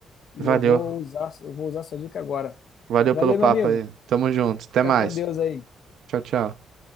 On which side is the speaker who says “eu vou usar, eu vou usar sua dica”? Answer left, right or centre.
Left